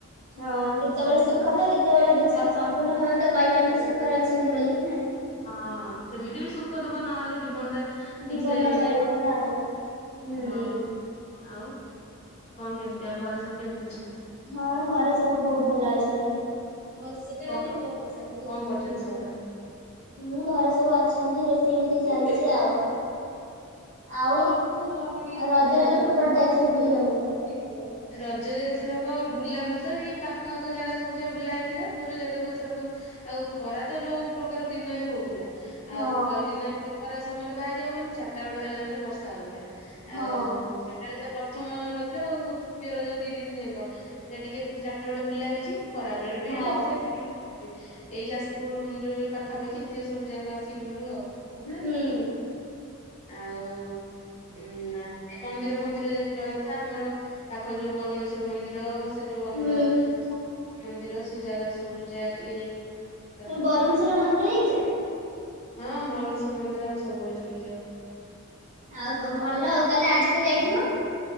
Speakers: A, on the right; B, on the left.
A: ହଁ କେତେବେଳେ ସୁଖତ କେତେବେଳେ ଦୁଃଖ ସମ୍ପୂର୍ଣ୍ଣ ଭାବେତ କହିବାନି ସୁଖରେ ଅଛନ୍ତି ବୋଲିକି ନାଇଁ।
B: ହଁ ସେମିତିବି ସୁଖ ଦୁଃଖ ନହେଲେ ଜୀବନଟା ଠିକସେ
A: ଜୀବନ ଟା
B: ମାନେ
A: ଚାଲିବନି ନା ଆଉ ହୁଁ।
B: ହଁ ଆଉ? କଁ କେମିତି ଆଉ ଘରେ ସବୁ କେମିତି ଅଛନ୍ତି?
A: ହଁ ଘରେ ସବୁ ବହୁତ୍ ଭଲ ଅଛନ୍ତି। ହଁ ସେଟା
B: କଣ
A: ହଉଚି
B: କଣ
A: ମୋପିଛା
B: କରୁଛନ୍ତି ସବୁ ଘରେ
A: ହୁଁ ଘରେ ସବୁ ଅଛନ୍ତି ରୋଷେଇ ବୋଷେଇ ଚାଲିଚି ଆଉ। ଆଉ ଆଉ ରଜ ଏଥର କୁଆଡ଼େ ଯାଇଥିଲ ବୁଲିବାକୁ?
B: ରଜରେଥରକ ବୁଲାବୁଲିତ ଏଇ ପାଖ ଆଖ ଜାଗା ସବୁ ଜାଗା ବୁଲା ହେଇଥିଲା ଦୂର ଜାଗାକୁ ଥରକ ଆଉ ଖରାତ ଯୋଉ ପ୍ରକାର ଦିନରେ ହଉଥିଲା।
A: ହଁ
B: ଆଉ ଖରା ଦିନରେତ ଖରା ସମୟରେ ବାହାରି ହବନି ଚାରିଟା ବେଳ ହେଲା ମାନେ ବର୍ଷା ହଉଥିଲା।
A: ହଁ
B: ଆଉ ସେଟେବେଳେ ଯ ପ୍ରଥମ ରଜ ଆଉ। ଦ୍ଵିତୀୟ ରଜ ଦି ଦିନ ଯାକ ଯାହା ଟିକେ ଚାରିଟା ବେଳେ ବୁଲା ହେଇଚି ଖରା ବେଳେବି
A: ହଁ।
B: ଆମେ ତଥାପି <unintelligible> ଏଇ ଯାଜପୁର ଯୋଉ ପାଖାପାଖି ଯେତିକି ସବୁ ଜାଗା ଚି ବୁଲୁ ଆଉ
A: ହୁଁ।
B: ଆଉ ଉଁ ନାଁ ଏ ମନ୍ଦିର ଫନ୍ଦିର ଯଦି ଯିବା କଥା ଆମର ପାଖ ଯୋଉ ବରୁଣେଶ୍ଵର ମନ୍ଦିର ସେ ଯୋଉ ଆମର
A: ହୁଁ
B: ମନ୍ଦିର ସେ ଜାଗା ସବୁ ଯା ଟିକେ ଯାଇ କଥା।
A: ତମେ ବରୁଣେଶ୍ଵର ମନ୍ଦିର ଯାଇଛ?
B: ହଁ ବରୁଣେଶ୍ୱର୍ ମନ୍ଦିର ଆମେ ସବୁବେଳେ ସେଠିକି ଯାଉ।
A: ଆଉ କଣ ଭଲ ଆଉ ତାହେଲେ ଆଜି ତ ଯାଇଥିବ।